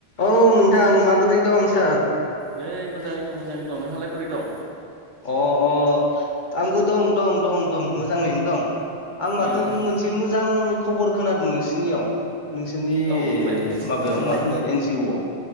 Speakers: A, on the left; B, on the right.
A: औ नोंथां माबोरै दं सार
B: नै मोजाङै दं मोजाङै दं नोंहालाय बोरै दं?
A: अ अ आंबो दं दं दं दं मोजाङैनो दं आं माथो
B: उम उम
A: मोनसे मोजां खबर खोनादों नोंसिनियाव नोंसोरनि
B: औ बुंलाय
A: माबायाव
B: फोरमाय
A: मा होनो एन जि अ